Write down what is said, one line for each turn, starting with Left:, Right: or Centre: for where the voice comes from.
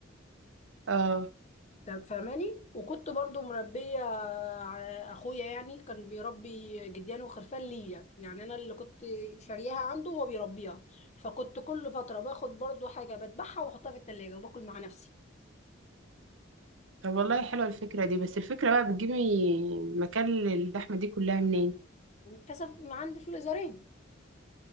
Right: اه
Left: طب فاهماني وكنت برضو مربيه ع- اخويا يعني كان بيربي جديان وخرفان ليا يعني انا اللي كنت شارياها عنده وهو بيربيها فكنت كل فتره باخد برضو حاجه بذبحها واحطها في التلاجة وباكل مع نفسي
Right: طب والله حلوه الفكره دي بس الفكره بقى بتجيبي مكان اللحمه دي كلها منين
Left: كسب عندي في الازارين